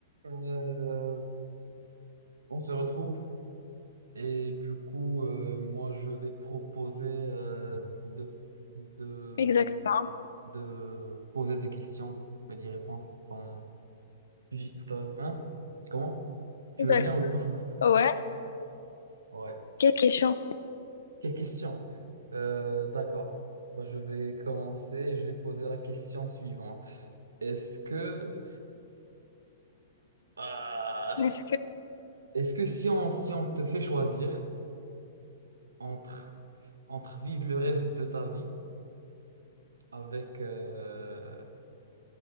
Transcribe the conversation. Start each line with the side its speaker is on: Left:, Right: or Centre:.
Right: Euh, on se retrouve et du coup, euh, moi, je vais proposer euh, de, de,
Left: Exactement.
Right: de poser des questions et d'y répondre. Ton, tu dis- ton- hein? Comment? Tu
Left: D'accord.
Right: veux bien ou pas? <laughs>
Left: Ouais.
Right: Ouais.
Left: Quelle question.
Right: Quelle question? Euh, d'accord. Bah, je vais commencer. Je vais poser la question suivante. Est-ce que, Ah.
Left: Est-ce que
Right: est-ce que si on, si on te fait choisir entre, entre vivre le reste de ta vie avec, euh,